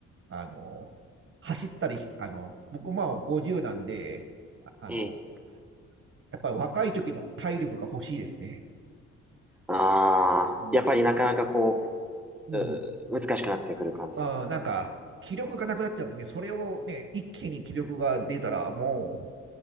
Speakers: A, on the right; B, in the centre.
A: あの、走ったりし、あの、僕まあ50なんで、ああの、
B: ええ
A: やっぱり若い時の体力が欲しいですね。
B: ああー、
A: うん。
B: やっぱりなかなかこ
A: うん。
B: う、うー難しくなってくる感じですかね。
A: まあ、なんか、気力がなくなっちゃうんで、それをね、一気に気力が出たら、も